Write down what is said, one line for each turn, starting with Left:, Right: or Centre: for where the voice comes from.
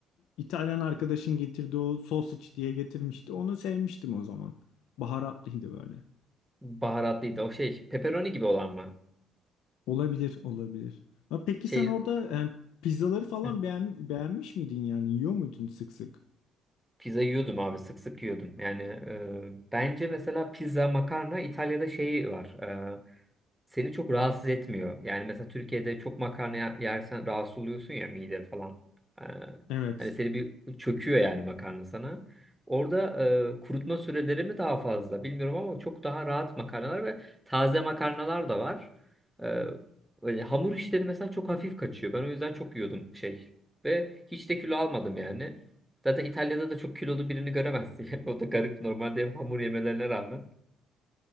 Left: İtalyan arkadaşın getirdiği o sausage diye getirmişti. Onu sevmiştim o zaman. Baharatlıydı böyle.
Centre: Baharatlıydı o şey. Pepperoni gibi olan mı?
Left: Olabilir, olabilir. Ha, peki
Centre: Şey
Left: sen orada e, pizzaları falan
Centre: hı.
Left: beğen- beğenmiş miydin yani? Yiyor muydun sık sık?
Centre: Pizza yiyordum abi sık sık yiyordum. Yani e, bence mesela pizza, makarna İtalya'da şey var. e, seni çok rahatsız etmiyor. Yani mesela Türkiye'de çok makarna yer- yersen rahatsız oluyorsun ya mide falan. E,
Left: Evet.
Centre: hani seni bir çöküyor yani makarna sana. Orada e, kurutma süreleri mi daha fazla bilmiyorum ama çok daha rahat makarnalar ve taze makarnalar da var. E, öyle hamur işleri mesela çok hafif kaçıyor. Ben o yüzden çok yiyordum şey. Ve hiç de kilo almadım yani. Zaten İtalya'da da çok kilolu birini göremezsin. <laughs> Yani o da garip normalde hep hamur yemelerine rağmen.